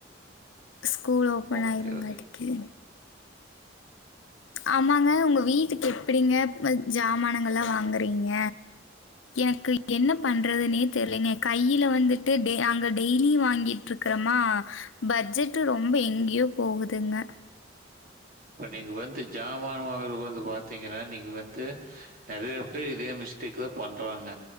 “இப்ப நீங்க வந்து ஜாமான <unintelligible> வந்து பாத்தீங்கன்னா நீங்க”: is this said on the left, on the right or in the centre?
Right